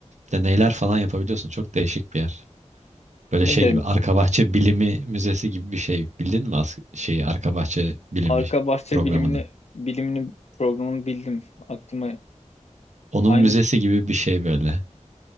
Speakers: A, on the right; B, on the left.
A: deneyler falan yapabiliyorsun. Çok değişik bir yer. Böyle
B: Ne
A: şey
B: de
A: gibi arka bahçe bilimi müzesi gibi bir şey. Bildin mi as- şeyi arka bahçe bilimi
B: Arka bahçe
A: programını?
B: bilimini bilimini programını bildim. Aklıma
A: Onun
B: aynı
A: müzesi
B: ş-
A: gibi bir şey böyle.